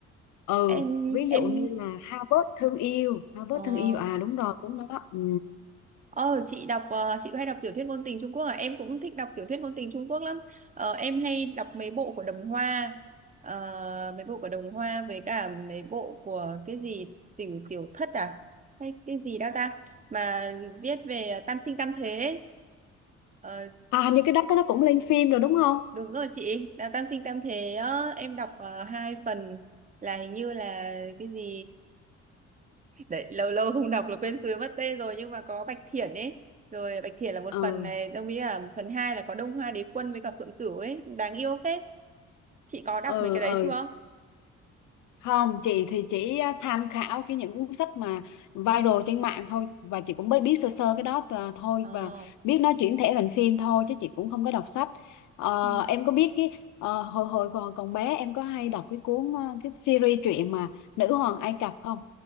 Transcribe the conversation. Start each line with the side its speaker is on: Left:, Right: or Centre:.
Left: ừ
Right: em
Left: ví dụ
Right: em
Left: như là Harvard thương yêu Harvard
Right: ờ
Left: thương yêu à đúng rồi cũng đó ừ.
Right: ờ, chị đọc ờ, chị hay đọc tiểu thuyết ngôn tình Trung Quốc à? Em cũng thích đọc tiểu thuyết ngôn tình Trung Quốc lắm. Ờ, em hay đọc mấy bộ của Đồng Hoa. Ờ, mấy bộ của Đồng Hoa với cả mấy bộ của cái gì Tiểu Tiểu Thất à? Hay cái gì đó ta mà viết về tam sinh tam thế ấy. Ờ,
Left: à hình như cái đó nó cũng lên phim rồi đúng không
Right: Đúng rồi chị, là Tam Sinh Tam Thế á, em đọc ờ, hai phần là hình như là cái gì đấy lâu lâu không đọc là quên sứ mất tên rồi nhưng mà có Bạch Thiển ấy rồi Bạch Thiển là một
Left: ừ
Right: phần này đồng ý là phần hai là có Đông Hoa Đế Quân với cả Phượng Cửu ấy đáng yêu phết chị có đọc
Left: ừ
Right: mấy cái đấy
Left: ừ
Right: chưa
Left: không chị thì chỉ à, tham khảo cái những cuốn sách mà viral trên mạng thôi và chị cũng mới biết sơ sơ cái đó à, thôi
Right: ờ
Left: và biết nó chuyển thể thành phim thôi chứ chị cũng không có đọc sách Ờ,
Right: ừ.
Left: em có biết cái ờ, hồi hồi còn còn bé em có hay đọc cái cuốn à, cái series truyện mà Nữ hoàng Ai Cập không